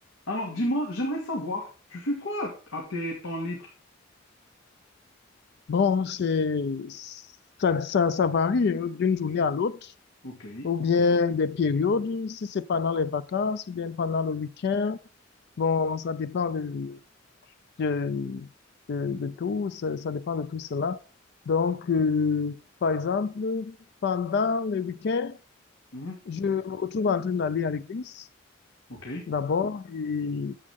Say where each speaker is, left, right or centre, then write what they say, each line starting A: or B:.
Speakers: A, on the left; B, on the left.
A: Alors, dis-moi, j'aimerais savoir, tu fais quoi à à tes temps libres?
B: Bon, c'est, ça, ça, ça varie hein, d'une journée à l'autre,
A: Ok.
B: ou bien des périodes, si c'est pendant les vacances, ou bien pendant le week-end. Bon, ça dépend de, de, de, de tout, ça, ça dépend de tout cela. Donc, euh,
A: Mhm.
B: par exemple, pendant le week-end,
A: Mhm.
B: je me retrouve en train d'aller à l'église,
A: Ok.
B: d'abord, et